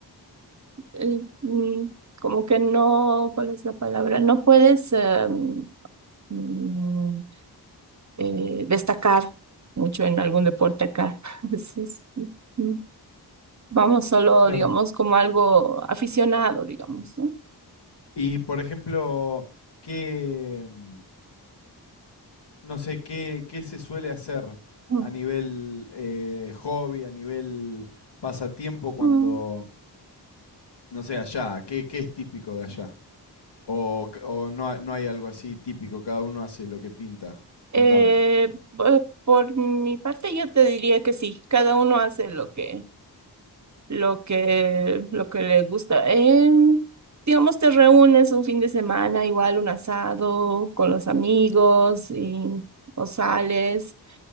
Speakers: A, on the right; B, on the left.
A: El, mm, como que no, ¿cuál es la palabra? No puedes... em, mm, eh, destacar mucho en algún deporte acá. <laughs> Sí, sí. Mm. Vamos solo,
B: claro.
A: digamos, como algo aficionado, digamos, ¿no?
B: Y por ejemplo, ¿qué, mm, no sé, qué, qué se suele hacer
A: Mm.
B: a nivel eh, hobby, a nivel pasatiempo cuando
A: Mm.
B: no sé, allá? ¿Qué, qué es típico de allá? ¿O, o no, ha- no hay algo así típico? Cada uno hace lo que pinta. Contame.
A: Eh, bu- por mi parte, yo te diría que sí, cada uno hace lo que, lo que, lo que le gusta. Em, digamos, te reúnes un fin de semana, igual un asado con los amigos y, o sales